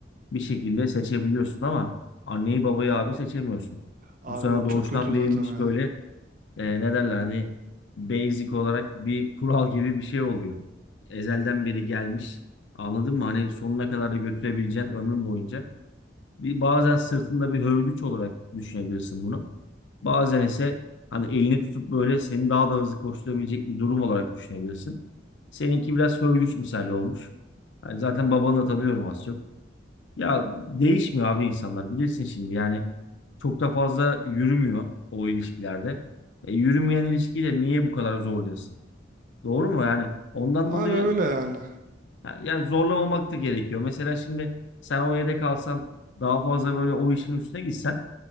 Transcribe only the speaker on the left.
bir şekilde seçebiliyorsun ama anneyi babayı abi seçemiyorsun.
Bu sana
doğuştan
verilmiş
böyle e, ne derler hani basic olarak bir kural gibi bir şey oluyor. Ezelden beri gelmiş. Anladın mı? Hani sonuna kadar da götürebileceğin ömrün boyunca. Bir, bazen sırtında bir hörgüç olarak düşünebilirsin bunu. Bazen ise hani elini tutup böyle seni daha da hızlı koşturabilecek bir durum olarak düşünebilirsin. Seninki biraz hörgüç misali olmuş. Yani zaten babanı da tanıyorum az çok. Ya değişmiyor abi insanlar bilirsin şimdi yani çok da fazla yürümüyor o ilişkilerde. E, yürümeyen ilişkiyi de niye bu kadar zorluyorsun? Doğru mu yani? Ondan
dolayı
ya, ya zorlamamak da gerekiyor. Mesela şimdi sen o evde kalsan daha fazla böyle o işin üstüne gitsen